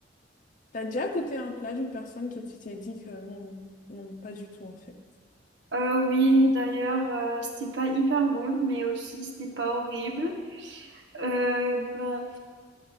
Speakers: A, on the left; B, on the right.
A: T'as déjà goûté un plat d'une personne qui tu t'es dit que non, non, pas du tout, en fait.
B: Euh, oui, d'ailleurs, euh, c'était pas hyper bon, mais aussi c'était pas horrible. Euh, bah,